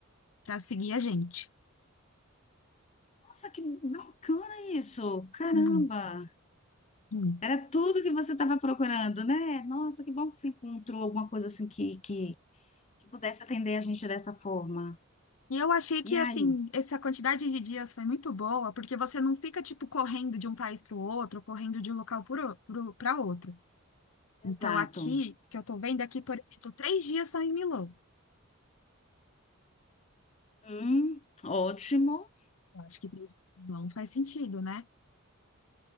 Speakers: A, on the left; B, on the left.
A: para seguir a gente.
B: Nossa, que bacana isso! Caramba!
A: Muito, muito.
B: Era tudo que você estava procurando, né? Nossa, que bom que você encontrou alguma coisa assim que, que, que pudesse atender a gente dessa forma.
A: E eu achei que,
B: E
A: assim,
B: aí?
A: essa quantidade de dias foi muito boa, porque você não fica, tipo, correndo de um país para o outro, correndo de um local para outro. Então,
B: Exato.
A: aqui, que eu tô vendo aqui, por exemplo, três dias são em Milão.
B: Hum, ótimo.
A: Eu acho que três dias em Milão faz sentido, né?